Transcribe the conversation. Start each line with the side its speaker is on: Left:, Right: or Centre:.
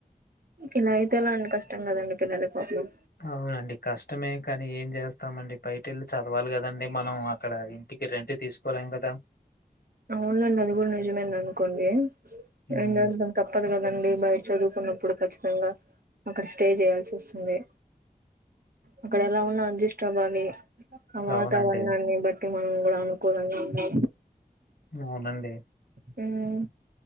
Right: ఇలా అయితే ఎలా అండి కష్టం కదండి పిల్లల కోపం
Left: అవునండి కష్టమే కానీ ఏం చేస్తామండి బయట వెళ్ళి చదవాలి కదండి మనం అక్కడ ఇంటికి రెంట్ తీసుకోలేం కదా
Right: అవునులేండి అది కూడా నిజమేని అనుకోండి
Left: హ్మ్.
Right: అం తప్పదు కదండి బయట చదువుకున్న ఇప్పుడు కచ్చితంగా అక్కడ స్టే చేయాల్సి వస్తుంది అక్కడ ఎలా ఉన్నా అడ్జస్ట్ అవ్వాలి ఆ వాతావరణాన్ని
Left: అవునండి.
Right: బట్టి మనం కూడా అనుకూలంగా ఉండా
Left: అవునండి
Right: హ్మ్